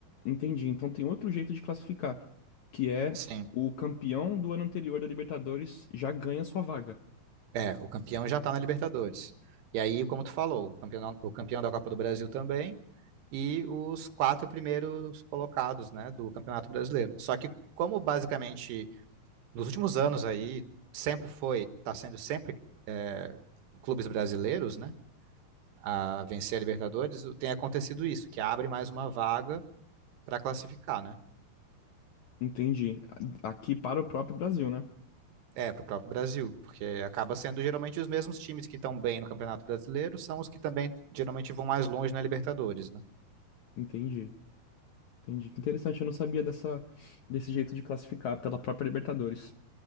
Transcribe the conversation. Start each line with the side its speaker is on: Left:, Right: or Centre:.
Left: Entendi. Então tem outro jeito de classificar, que é
Right: Sim.
Left: o campeão do ano anterior da Libertadores já ganha sua vaga.
Right: É, o campeão já está na Libertadores. E aí, como tu falou, o campeão, o campeão da Copa do Brasil também e os quatro primeiros colocados, né, do Campeonato Brasileiro. Só que como basicamente nos últimos anos aí, sempre foi, tá sendo sempre é, clubes brasileiros, né, a vencer a Libertadores, tem acontecido isso, que abre mais uma vaga para classificar, né?
Left: Entendi. A- Aqui para o próprio Brasil, né?
Right: É, para o próprio Brasil, porque acaba sendo geralmente os mesmos times que estão bem no Campeonato Brasileiro são os que também geralmente vão mais longe na Libertadores, né?
Left: Entendi. Entendi. Que interessante, eu não sabia dessa, desse jeito de classificar pela própria Libertadores.